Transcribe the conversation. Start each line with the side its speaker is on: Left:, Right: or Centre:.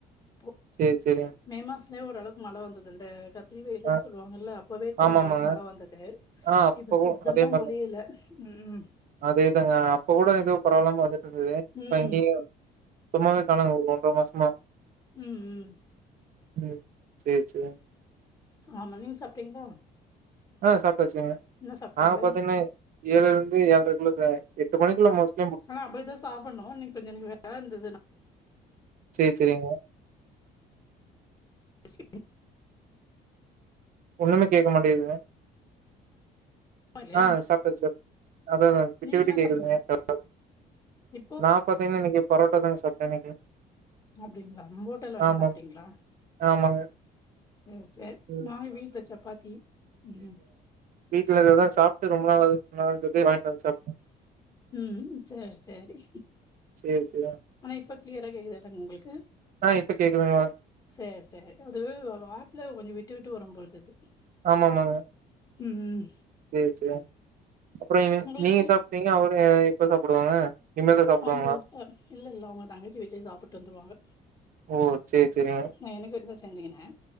Left: இப்போ
Right: சேரி சேரிங்க
Left: மே மாசத்துலேயே ஓரளவுக்கு மழ வந்தது இந்த கத்திரிவெயிலுன்னு
Right: அ
Left: சொல்லுவாங்கல்ல அப்பவே கொஞ்ச
Right: ஆமாமாங்க.
Left: ஓரளவு மழ வந்தது
Right: ஆ அப்பவும்
Left: இப்ப சுத்தமா
Right: அதே மாரி
Left: மழையே
Right: தான்.
Left: இல்ல ம்
Right: அதேதாங்க அப்ப கூட ஏதோ பரவலாம வந்துட்டு இருந்தது இப்ப
Left: ம்
Right: இங்கேயும் சுத்தமாவே காணாங்க ஒரு ஒன்றரை மாசமா
Left: ம் ம்
Right: ம் சேர் சேரி
Left: ஆமா நீங்க சாப்பிட்டீங்களா
Right: ஆ சாப்டாச்சுங்க
Left: சாப்ட்டீங்க
Right: நாங்க பாத்தீங்கன்னா ஏழு இருந்து ஏழரைக்குள்ள எட்டு மணிக்குள்ள மோஸ்லி
Left: ஆனா அப்டித்தான் சாப்பிடணும் ஆனா இன்னைக்கு கொஞ்சம் வேலை இருந்தது
Right: சேரி சேரிங்க
Left: ஸ்கிப்பிங்
Right: ஒண்ணுமே கேக்க மட்டேங்குதுங்க
Left: இல்லையா
Right: ஆ சாப்டாச்சு சாப் அதான் அதான் விட்டு
Left: நீங்க
Right: விட்டு
Left: என்ன சாப்ட்டீங்கன்ன
Right: கேக்குதுங்க ஏதோ
Left: இப்போ
Right: நா பாத்தீங்கன்னா இன்னைக்கு பரோட்டா தாங்க சாப்பிட்டேன் இன்னைக்கு
Left: அப்டிங்களா ஓட்டல்ல வாங்கி
Right: ஆமா,
Left: சாப்புட்டீங்களா
Right: ஆமாங்க
Left: சேர் சேரி
Right: ம்.
Left: நாங்க வீட்டுல சப்பாத்தி ம்
Right: வீட்டுல இததான் சாப்பிட்டு ரொம்ப நாள் ஆகுது சொன்னாங்கன்னு சொல்லி வாங்கிட்டு வந்து சாப்பிட்டேன்
Left: ம் சேர் சேரி
Right: சேரி சேரியா
Left: ஆனா இப்ப கிளியரா கேக்குதாங்க உங்களுக்கு
Right: ஆ இப்ப கேக்குதுங்க
Left: சேர் சேரி அது ஒரு ஆப்ல கொஞ்சம் விட்டு விட்டு வரும் போல தெரியுது
Right: ஆமா ஆமாங்க
Left: ம் ம் ம்
Right: சேரி சேரி அப்புறம்
Left: உங்களுக்கு
Right: நீங்க சாப்பிட்டீங்க அவனுக எப்ப சாப்பிடுவாங்க இனிமேல் தான் சாப்பிடுவாங்களா?
Left: அவங்க இல்ல இல்ல அவங்க தங்கச்சி வீட்லையே சாப்பிட்டு வந்துருவாங்க
Right: ஓ சேரி சேரிங்க
Left: நா எனக்கு இருந்த செஞ்சுக்கின்னே